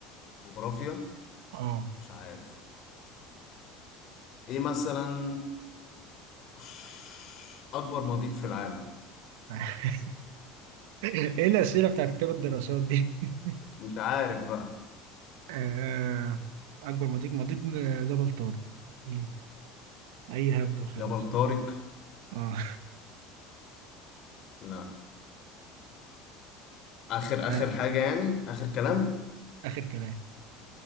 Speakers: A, on the left; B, on the right.
A: الجغرافيا
B: اه
A: مش عارف إيه مثلا <sighs> أكبر مضيق في العالم
B: <laughs> ايه الأسئلة بتاعت كتاب الدراسات دي <laughs>
A: مش عارف بقى
B: آه أكبر مضيق مضيق جبل طارق مم. أي هبد وخلاص
A: جبل طارق
B: آه
A: لا اخر
B: <laughs>
A: اخر
B: آه،
A: حاجه يعني اخر كلام
B: آخر كلام